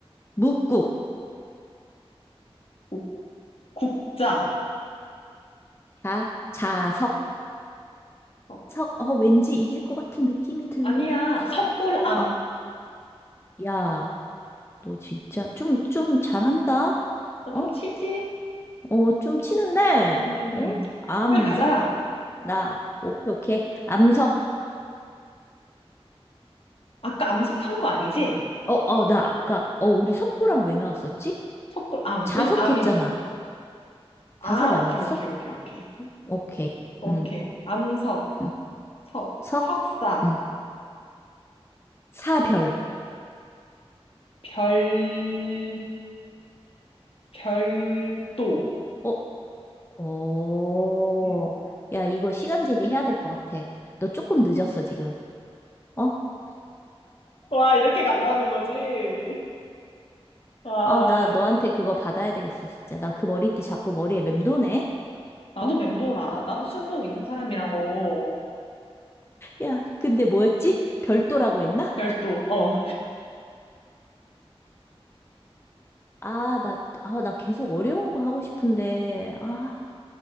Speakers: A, on the left; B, on the left.
A: 묵국.
B: 국, 국자.
A: 자, 자석,
B: 어,
A: 석. 어, 왠지 이길 것 같은 느낌이 들면서.
B: 아니야, 석굴암.
A: 아, 야, 너 진짜 좀, 좀 잘한다?
B: 나 좀
A: 어?
B: 치지?
A: 어, 좀 치는데?
B: 음,
A: 어? 암,
B: 빨리 가자.
A: 나. 오케이, 오케이. 암석.
B: 아까 암석한 거 아니지?
A: 어, 어, 나 아까, 어, 우리 석구랑 왜 나왔었지?
B: 석굴암.
A: 자석
B: 왜냐, 암인.
A: 했잖아.
B: 아,
A: 자석
B: 오케이,
A: 아니었어?
B: 오케이, 오케이, 오케이.
A: 오케이.
B: 오케이.
A: 응,
B: 암석,
A: 응.
B: 석,
A: 석.
B: 석사,
A: 응. 사별.
B: 별, 별도.
A: 어, 어.
B: 음.
A: 야, 이거 시간 제기해야 될 것 같아. 너 조금 늦었어, 지금. 어?
B: 와, 이렇게 간다는 거지? 와,
A: 아, 나 너한테 그거 받아야 되겠어, 진짜. 나 그 머리띠 자꾸 머리에 맴도네.
B: 나도
A: 어?
B: 맴돌아.
A: 아,
B: 나도 승부욕 있는 사람이라고.
A: 야, 근데 뭐였지? 별도라고 했나?
B: 별도, 어,
A: 아, 나, 아, 나 계속 어려운 거 하고 싶은데. 아,